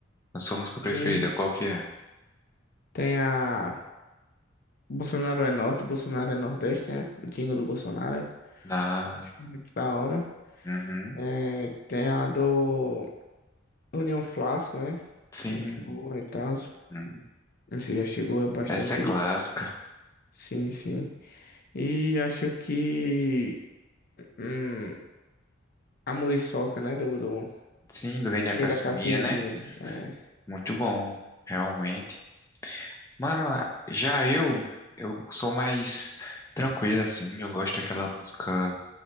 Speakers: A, on the left; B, on the left.
A: A sua música preferida,
B: Tem,
A: qual que é?
B: tem a. Bolsonaro é norte, Bolsonaro é nordeste, né? O jingle do Bolsonaro. é-
A: Na.
B: Acho muito da hora.
A: Uhum.
B: É, tem a do União Flasco, né?
A: Sim.
B: Muito boa e tal.
A: hum.
B: Você já chegou, é bastante.
A: Essa é clássica.
B: Sim, sim. E acho que. Hum, a Muriçoca, né? Do, do,
A: Sim, do Rei da Cassimbinha,
B: e da Cassimbinha.
A: né?
B: É.
A: Muito bom, realmente. Mano, a- já eu, eu sou mais tranquilo, assim. Eu gosto daquela música